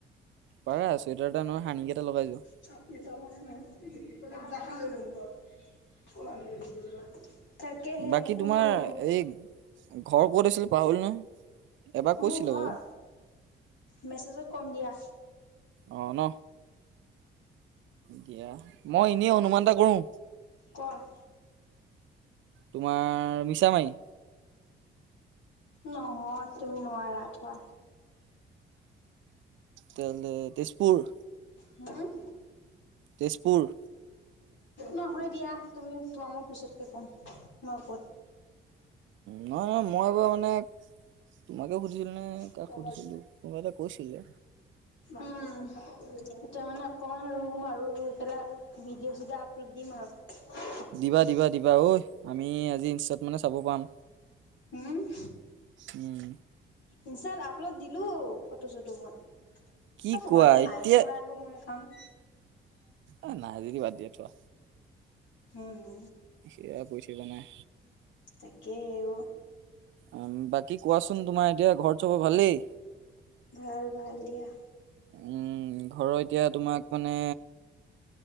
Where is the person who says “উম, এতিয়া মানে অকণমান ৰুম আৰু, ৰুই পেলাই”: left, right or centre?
Left